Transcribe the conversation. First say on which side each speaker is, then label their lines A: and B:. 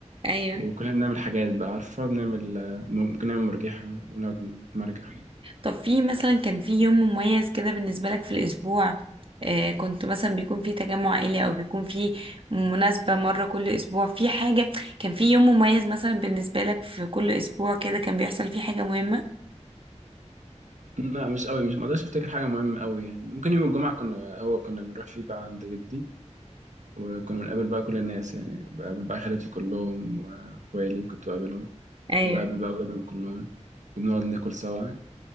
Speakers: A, on the right; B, on the right.
A: ايوه
B: وكلنا بنعمل حاجات بقى عارفة بنعمل آه، ممكن نعمل مرجحة ونقعد نتمرجح
A: طب في مثلا كان في يوم مميز كده بالنسبه لك في الاسبوع آه كنت مثلا بيكون في تجمع عائلي او بيكون في مناسبه مره كل اسبوع في حاجه كان في يوم مميز مثلا بالنسبه لك في كل اسبوع كده كان بيحصل فيه حاجه مهمه
B: لا مش قوي مش مقدرش افتكر حاجة مهمة قوي يعني ممكن يوم الجمعة كنا هو كنا بنروح فيه بقى عند جدي وكنا بنقابل بقى كل الناس يعني بقابل بقى خالاتي كلهم واخوالي كنت بقابلهم
A: ايوه
B: وبقابل بقى أولادهم كلهم وبنقعد ناكل سوا